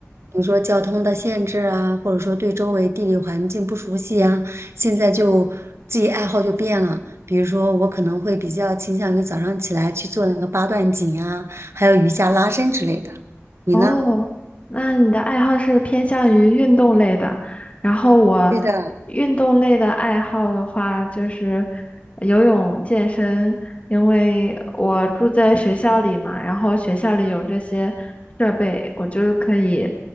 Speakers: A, on the right; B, on the left.
A: 比如说交通的限制啊，或者说对周围地理环境不熟悉啊，现在就自己爱好就变了。比如说，我可能会比较倾向于早上起来去做那个八段锦啊，还有瑜伽拉伸之类的。你呢？
B: 哦，那你的爱好是偏向于运动类的，然后我
A: 对的。
B: 运动类的爱好的话就是游泳、健身，因为我住在学校里嘛，然后学校里有这些设备，我就可以，